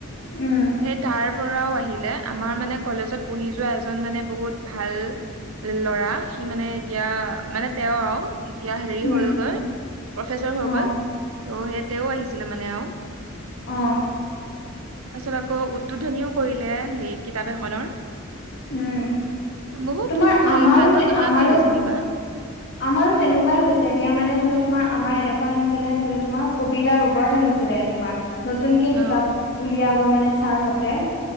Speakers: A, on the left; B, on the right.
A: উম
B: সেই তাৰ পৰাও আহিলে আমাৰ মানে কলেজত পঢ়ি যোৱা এজন মানে বহুত ভাল ল'ৰা সি মানে এতিয়া মানে তেওঁ আৰু- এতিয়া হেৰি
A: উম
B: হলগৈ প্ৰফেচৰ হৈ
A: অ
B: গ'ল ত' সেই তেওঁ আহিছিলে মানে আৰু।
A: আহ।
B: তাৰপিছত আকৌ উদ্বোধনীও কৰিলে হে কিতাপ এখনৰ।
A: উম
B: বহুত
A: তোমাৰ আমাৰো
B: হেৰি ভাল ভাল কথা
A: আমাৰো
B: কলো যেনিবা।
A: আমাৰো তেনেকুৱাই হৈছে দিয়া মানে ধৰি লও তোমাৰ আমাৰ এনেকুৱা আহিছিলে ধৰি ল তোমাৰ কবিতাৰ ওপৰত আহি ছিলে তোমাৰ নতুনকে কিতাপ
B: অ
A: উলিয়াব মানে ছাৰহতে।